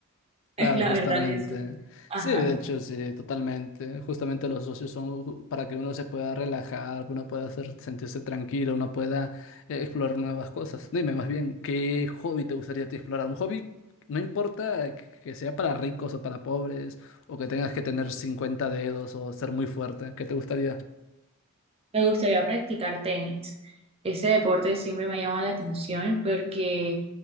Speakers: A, on the left (about 60°); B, on the right (about 25°).
A: Claro,
B: <laughs> La
A: justamente.
B: verdad es, ajá.
A: Sí, de hecho, sí, totalmente. Justamente los socios son ju- para que uno se pueda relajar, uno pueda hacer- sentirse tranquilo, uno pueda eh, explorar nuevas cosas. Dime más bien, ¿qué hobby te gustaría a ti explorar? Un hobby, no importa que sea para ricos o para pobres, o que tengas que tener 50 dedos o ser muy fuerte, ¿qué te gustaría?
B: Me gustaría practicar tenis. Ese deporte siempre me ha llamado la atención porque